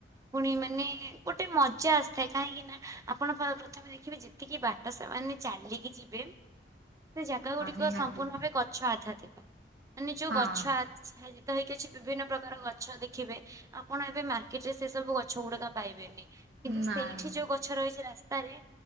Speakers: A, on the right; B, on the right.
A: ପୁଣି ମାନେ ଗୋଟେ ମଜା ଆସିଥାଏ କାହିଁକି ନା ଆପଣ ପ୍ରଥମେ ଦେଖିବେ ଯେତିକି ବାଟ ସେମାନେ ଚାଲିକି ଯିବେ ସେ ଜାଗା ଗୁଡ଼ିକ
B: ନିହାତି ହଁ ନିହାତି
A: ସମ୍ପୂର୍ଣ୍ଣ ଭାବେ ଗଛ ଆଚ୍ଛାଦିତ। ମାନେ ଯୋଉ
B: ହଁ
A: ଗଛ ଆଚ୍ଛାଦିତ ହେଇକି ଅଛି ବିଭିନ୍ନ ପ୍ରକାର ଗଛ ଗଛ ଦେଖିବେ ଆପଣ ଏବେ ମାର୍କେଟ ରେ ସେ ସବୁ ଗଛ ଗୁଡିକ ପାଇବେନି। କିନ୍ତୁ
B: ନାଇଁ
A: ସେଇଠି ଯୋଉ ଗଛ ରହିଛି ରାସ୍ତା ଟାରେ